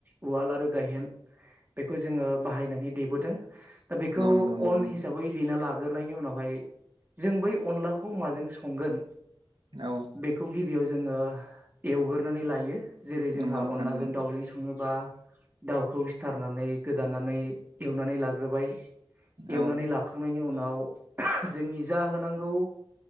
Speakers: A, on the right (about 20°); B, on the right (about 55°).
A: उवाल आरो गायहेन बेखौ जोङो बाहायनानै देबोदों दा बेखौ
B: नंगौ नोंथां
A: अन
B: नंगौ
A: हिसाबै देना लागोन। गोरनायनि उनावहाय जों बै अनलाखौ माजों संगोन
B: नंगौ
A: बेखौ बेयाव जोङो एवगोरनानै लायो जेरै जोंहा
B: नंगौ नोंथां नंगौ औ नंगौ नोंथां
A: अनलाजों
B: नंगौ
A: दाउजों संङोबा। दाउखौ सिथारनानै गोदानानै एवनानै लाग्रोबाय एवनानै
B: औ
A: लाखांनायनि उनाव जोंनि जा होनांगौ